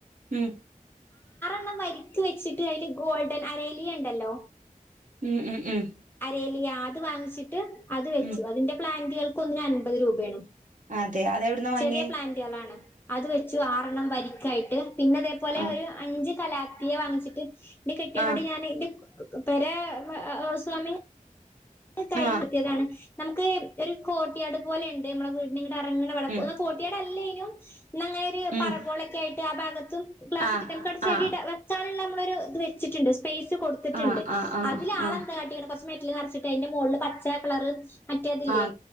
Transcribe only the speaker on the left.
ണ്ണം വരിക്ക് വെച്ചിട്ട് അതില് ഗോൾഡൻ അരേലിയ ഉണ്ടല്ലോ
ഏലിയ അത് വാങ്ങിച്ചിട്ട് അത് വെച്ചു
അതിന്റെ പ്ലാൻ കേൾ - ക്കൊന്നിന് അൻപത് രൂപയാണ്
ചെറിയ പ്ലാന്റുകളണ് അത് വെച്ചു ആരെണ്ണം വരിക്കായിട്ട് പിന്നെ അതേപോലെ
ഒരു അഞ്ച് കല ത്തിയ വാങ്ങിച്ചിട്ട് എന്റെ കെട്ടിയാനോട്
ഞാൻ എന്റെ <unintelligible> സ്വാമി കഴിഞ്ഞിട്ടതാണ്
ഒരു കോട്ടിയാട് പോലെ ഇണ്ട് നമ്മളെ വീട് ഇറങ്ങണവടം
ഒന്ന് കോട്ടിയാട് അല്ലേനും ഇന്ന് അങ്ങേര്
പറകോളൊക്കെ ആയിട്ട് ആ ഭാഗത്തും ഗ്ലാസിട്ടിട്ട്
നമുക്കട ചെടിട
വെക്കാനുള്ള നമ്മളൊരു വെച്ചിട്ടുണ്ട് സ്പെയിസും കൊടുത്തിട്ടുണ്ട്
അതിലെ ആളെന്താ
കാട്ടിക്കണേ കുറച്ച് മെ റ്റില് നറച്ച് ന്നിട്ടയിന്റെ മോള്ള് പച്ച കളർ മറ്റേതില്ലേ